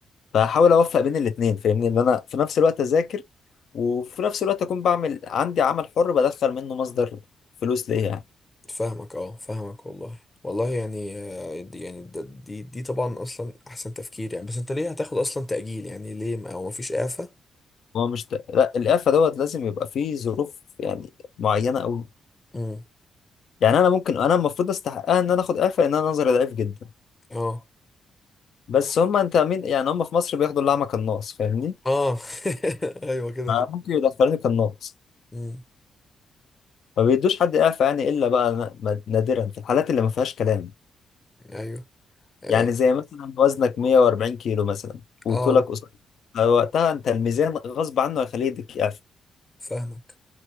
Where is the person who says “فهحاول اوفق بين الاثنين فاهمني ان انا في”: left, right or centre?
Left